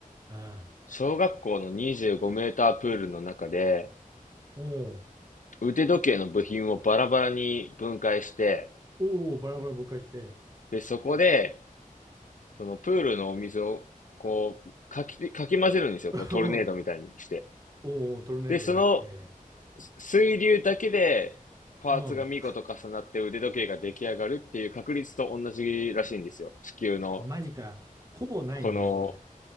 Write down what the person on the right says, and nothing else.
うん。
おう
おう、バラバラ分解して。
うん。おうおう、トルネードにして。
うん。
マジか。ほぼないね、
それ。